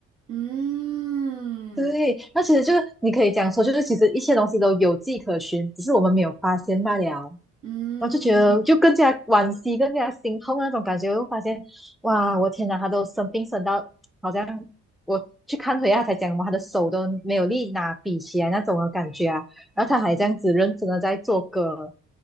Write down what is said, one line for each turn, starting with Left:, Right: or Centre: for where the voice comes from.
Right: 嗯
Centre: 对，那其实就是你可以讲说，就是其实一些东西都有迹可循，只是我们没有发现罢了。
Right: 嗯，
Centre: 然后就觉得就更加惋惜，更加心痛啊那种感觉。我发现，哇，我天哪，他都生病生到好像我去看回他才讲嘛，他的手都没有力拿笔起来那种的感觉啊。然后他还这样子认真的在做歌，
Right: 啊